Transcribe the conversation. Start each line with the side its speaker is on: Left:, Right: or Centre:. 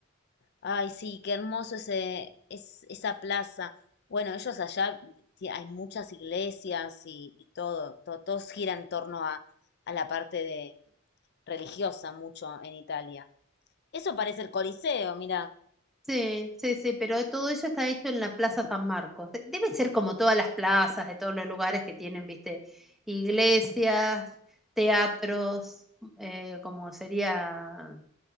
Left: Ay, sí, qué hermoso ese, es, esa plaza. Bueno, ellos allá sí, hay muchas iglesias y, y todo, todo, todos gira en torno a, a la parte de religiosa mucho en Italia. Eso parece el Coliseo, mira.
Centre: Sí, sí, sí, pero todo eso está hecho en la Plaza San Marcos. De- Debe ser como todas las plazas de todos los lugares que tienen, viste, iglesias, teatros, eh, como sería,